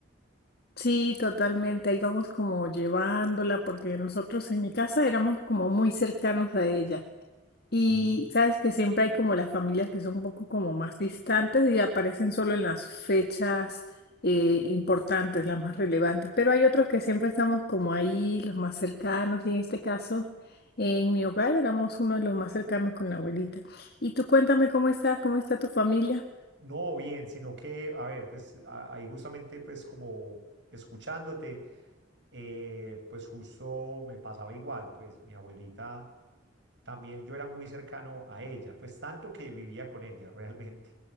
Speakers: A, on the left (about 55°); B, on the right (about 65°).
A: Sí, totalmente. Ahí vamos como llevándola porque nosotros en mi casa éramos como muy cercanos a ella. Y
B: Sí.
A: sabes que siempre hay como las familias que son un poco como más distantes y aparecen solo en las fechas eh, importantes, las más relevantes, pero hay otros que siempre estamos como ahí, los más cercanos, y en este caso, en mi hogar éramos uno de los más cercanos con la abuelita. Y tú cuéntame cómo estás, cómo está tu familia.
B: No, bien, sino que, a ver, pues a- ahí justamente pues como escuchándote, eh, pues justo me pasaba igual, pues mi abuelita también yo era muy cercano a ella, pues tanto que vivía con ella <laughs> realmente,